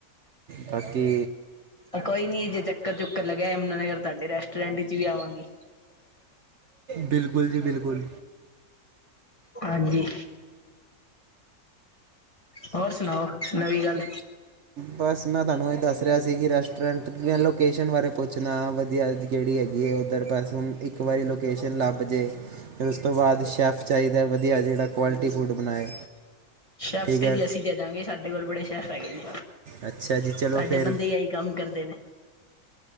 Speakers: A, on the right; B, on the left.
A: ਤਾਂਕੀ
B: ਕੋਈ ਨੀ ਜੇ ਚੱਕਰ ਚੁੱਕਰ ਲਗਿਆ ਅਮਗਰ ਤੁਹਾਡੇ ਰੈਸਟੋਰੈਂਟ ਵਿੱਚ ਵੀ ਆਵਾਂਗੇ
A: ਬਿਲਕੁਲ ਜੀ ਬਿਲਕੁਲ
B: ਹਾਂਜੀ ਹੋਰ ਸੁਣਾਓ ਨਵੀਂ ਗੱਲ
A: ਬਸ ਮੈਂ ਤੁਹਾਨੂੰ ਇਹ ਦੱਸ ਰਿਹਾ ਸੀ ਕਿ ਰੈਸਟੋਰੈਂਟ ਲੋਕੇਸ਼ਨ ਬਾਰੇ ਪੁੱਛਣਾ ਵਧੀਆ ਕਿਹੜੀ ਹੈਗੀ ਹੈ ਉੱਧਰ ਬਸ ਹੁਣ ਇੱਕ ਵਾਰੀ ਲੋਕੇਸ਼ਨ ਲੱਭ ਜੇ ਫਿਰ ਉਸ ਤੋਂ ਬਾਅਦ ਸੈਫ ਚਾਹੀਦਾ ਵਧੀਆ ਜਿਹੜਾ ਕੁਆਲਿਟੀ ਫੂਡ ਬਣਾਏ
B: ਸੈਫ
A: ਠੀਕ
B: ਤੇ
A: ਹੈ
B: ਜੀ ਅਸੀਂ ਦੇ ਦਾਂਗੇ ਸਾਡੇ ਕੋਲ ਬੜੇ ਸੈਫ ਹੈਗੇ ਨੇ
A: ਅੱਛਾ ਜੀ ਚਲੋ
B: ਸਾਡੇ
A: ਫਿਰ
B: ਬੰਦੇ ਆਹੀ ਕੰਮ ਕਰਦੇ ਨੇ